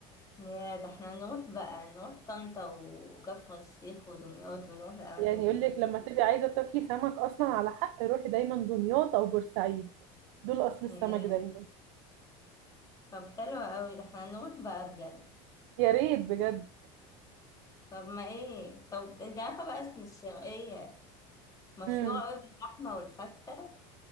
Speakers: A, on the left; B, on the right.
A: ياه ده احنا نروح بقى نروح طنطا وكفر الشيخ ودمياط ونروح الاماكن
B: يعني
A: دي
B: يقولك
A: كلها
B: لما تبقي عايزة تاكلي سمك أصلا على حق روحي دايما دمياط أو بورسعيد دول أصل السمك
A: ياه
B: دايما
A: طب حلو قوي ده احنا نروح بقى بجد
B: يا ريت بجد
A: طب ما ايه طب انت عارفه بقى اسم الشرقيه مشهوره
B: امم
A: قوي باللحمه والفته